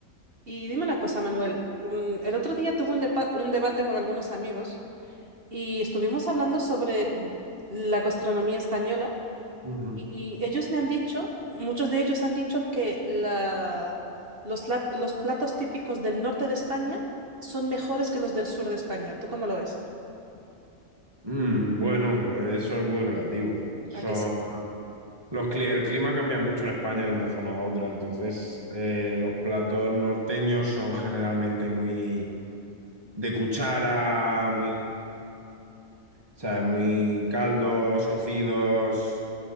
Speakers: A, on the right (about 45°); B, on the right (about 15°).
A: Y dime una cosa, Manuel. un- el otro día tuve un, depa- un debate con algunos amigos y estuvimos hablando sobre la gastronomía española
B: Ujú.
A: y ellos me han dicho, muchos de ellos han dicho que la- los, la- los platos típicos del norte de España son mejores que los del sur de España. ¿Tú cómo lo ves?
B: Mm, bueno, eso es muy relativo. Son
A: ¿A que sí?
B: Los cli- el clima cambia mucho en España de una zona a otra, entonces eh, los platos norteños son generalmente muy de cuchara, muy, ¿sabes? Muy caldos, cocidos,